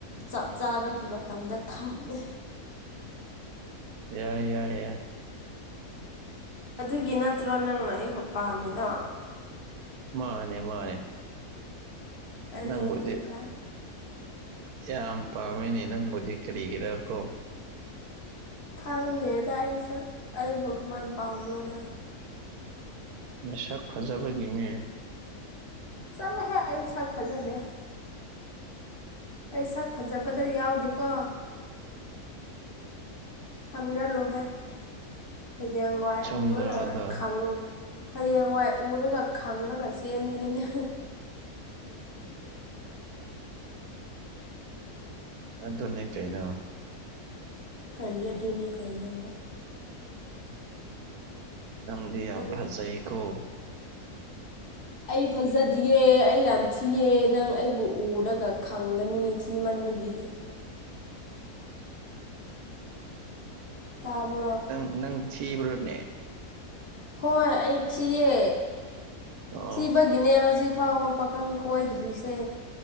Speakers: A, on the left; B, on the right.
A: ꯆꯞ ꯆꯥꯕꯒꯤ ꯃꯇꯝꯗ ꯊꯝꯃꯦ
B: ꯌꯥꯏ ꯌꯥꯏ ꯌꯥꯏ
A: ꯑꯗꯨꯒꯤ ꯅꯠꯇ꯭ꯔꯣ ꯅꯪꯅ ꯑꯩꯕꯨ ꯄꯥꯝꯃꯤꯗꯣ
B: ꯃꯥꯅꯦ ꯃꯥꯅꯦ
A: ꯑꯗꯨꯅꯤꯕ
B: ꯅꯪꯕꯨꯗꯤ ꯌꯥꯝ ꯄꯥꯝꯃꯦꯅꯦ ꯅꯪꯕꯨꯗꯤ ꯀꯔꯤꯒꯤꯔꯀꯣ
A: ꯈꯪꯗꯦꯗ ꯑꯩꯁꯨ ꯑꯩꯕꯨ ꯀꯃꯥꯏꯅ ꯄꯥꯝꯕ꯭ꯔꯣ ꯅꯪ
B: ꯃꯤꯁꯛ ꯐꯖꯕꯒꯤ ꯅꯦ
A: ꯆꯠꯂꯣꯍꯦ ꯑꯩ ꯁꯛ ꯐꯖꯗꯦ ꯑꯩ ꯁꯛ ꯐꯖꯕꯗ ꯌꯥꯎꯗꯦꯀꯣ ꯈꯪꯖꯜꯂꯨꯍꯦ ꯍꯩꯌꯦꯡꯋꯥꯏ
B: ꯆꯨꯝꯗ꯭ꯔꯣ
A: ꯎꯔꯒ
B: ꯑꯗꯣ
A: ꯈꯪ ꯍꯌꯦꯡꯋꯥꯏ ꯎꯔꯒ ꯈꯪꯂꯒ ꯆꯦꯟꯒꯅꯤꯅꯦ
B: ꯑꯗꯨꯅꯦ ꯀꯩꯅꯣ
A: ꯀꯔꯤ ꯑꯗꯨꯅꯦ ꯀꯩꯅꯣ
B: ꯅꯪꯗꯤ ꯌꯥꯝ
A: ꯅꯪ
B: ꯐꯖꯩꯀꯣ
A: ꯑꯩ ꯐꯖꯗꯤꯌꯦ ꯑꯩ ꯌꯥꯝ ꯊꯤꯌꯦ ꯅꯪ ꯑꯩꯕꯨ ꯎꯔꯒ ꯈꯪꯒꯅꯤ ꯊꯤꯃꯟꯕꯒꯤ ꯇꯥꯔ꯭ꯕꯣ
B: ꯅꯪ ꯅꯪ ꯊꯤꯕ꯭ꯔꯅꯦ
A: ꯍꯣꯏ ꯑꯩ ꯊꯤꯌꯦ
B: ꯑꯣ
A: ꯊꯤꯕ- ꯒꯤꯅꯦ ꯍꯧꯖꯤꯛ ꯐꯥꯎꯕ ꯄꯥꯈꯪ ꯀꯣꯏꯗ꯭ꯔꯤꯁꯦ